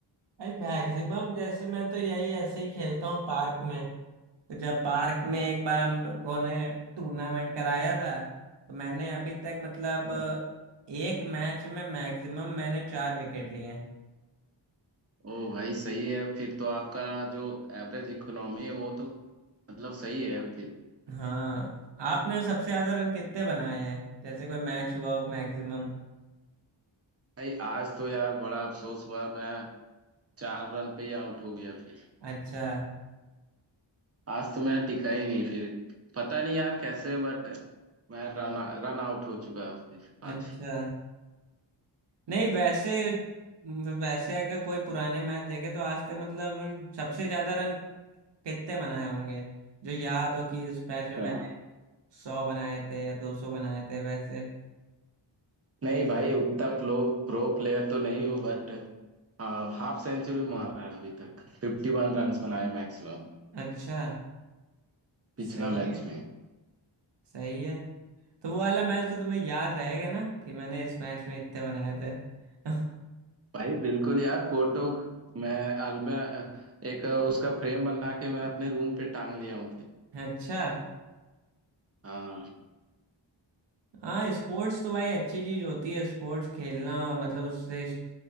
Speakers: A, on the right; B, on the right.
A: मैक्सिमम जैसे मैं तो यही ऐसे ही खेलता हूँ पार्क में तो जब पार्क में एक बार हम लोगों ने टूर्नामेंट कराया था तो मैंने अभी तक मतलब
B: हम्म
A: एक मैच में मैक्सिमम मैंने चार विकेट लिए हैं
B: ओ भाई सही है फिर तो आपका जो एवरेज इकोनॉमी है वो तो मतलब सही है फिर
A: हाँ आपने सबसे ज्यादा रन कितने बनाए हैं जैसे कोई मैच हुआ हो मैक्सिमम
B: भाई आज तो यार बड़ा अफसोस हुआ मैं चार रन पे ही आउट हो गया फिर
A: अच्छा
B: आज तो मैं टिका ही नहीं फिर पता नहीं यार कैसे बट मैं रन रन आउट हो चुका फिर
A: अच्छा
B: आज
A: नहीं वैसे वैसे अगर कोई पुराने मैच देखे तो आज तक मतलब सबसे ज्यादा रन कितने बनाए होंगे जो याद हो कि इस मैच में मैंने
B: अच्छा
A: सौ बनाए थे या दो सौ बनाए थे वैसे
B: नहीं भाई उतना प्रो प्रो प्लेयर तो नहीं हूँ बट हाँ हाफ सेंचुरी मारा है अभी तक फिफ्टी वन रन बनाए मैक्सिमम
A: अच्छा
B: पिछला
A: सही
B: मैच
A: है
B: में
A: सही है तो वो वाला मैच तो तुम्हें याद रहेगा ना कि मैंने इस मैच में इतने बनाए थे <laughs>
B: भाई बिल्कुल यार फोटो मैं अल्बा एक उसका फ्रेम बना के मैं अपने रूम पे टांग लिया हूँ फिर
A: अच्छा
B: हाँ
A: हाँ स्पोर्ट्स तो भाई अच्छी चीज होती है स्पोर्ट्स खेलना और मतलब उससे श-